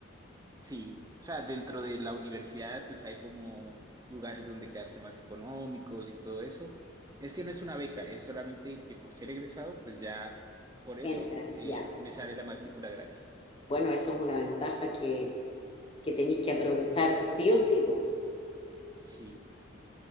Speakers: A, on the right; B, on the left.
A: Sí, o sea, dentro de la universidad, pues hay como lugares donde quedarse más económicos y todo eso. Es que no es una beca, es solamente que por ser egresado, pues ya por eso
B: Entras,
A: eh,
B: ya.
A: me sale la matrícula gratis.
B: Bueno, eso es una ventaja que, que tenéis que aprovechar sí o sí, po.
A: Sí,